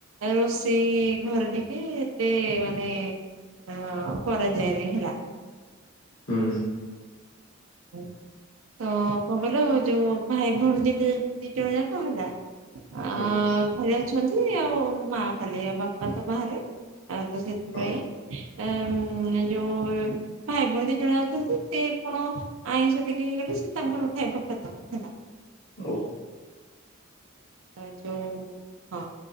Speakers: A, on the right (about 85°); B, on the left (about 55°).
A: ରୋଷେଇ ଘରେ ଟିକେ ଏତେ ମାନେ ହଁ କରାଯାଏନି ହେଲା।
B: ହୁଁ
A: ଉଁ ତ କଣ କହିଲ ଯଉ ଭାଇ ଭଉଣୀ ଦିଟ ଦି ଜଣ ଯାକ ହେଲା ଆ
B: ହଁ।
A: ଖାଲି ଅଛନ୍ତି ଆଉ ମା ଖାଲି ଆ ବାପା ତ ବାହାରେ ଆ ତ ସେଥିପାଇଁ।
B: ହଁ
A: ଏ ଉଁ ଯୋଉ ଭାଇ ଭଉଣୀ ଦି ଜଣେ ଅଛନ୍ତି ସେ କଣ। ଆଇଁଷ ଟିକେ ହେଇଗଲେ ସେ ତାଙ୍କର ଖାଇବା ଖତମ ହେଲା।
B: ଓ
A: ତାଳଚଉ ହଁ